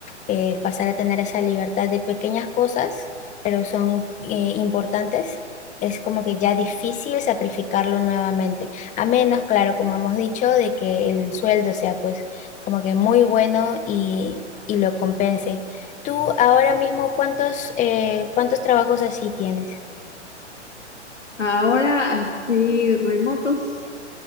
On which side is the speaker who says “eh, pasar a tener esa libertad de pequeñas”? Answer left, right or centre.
Left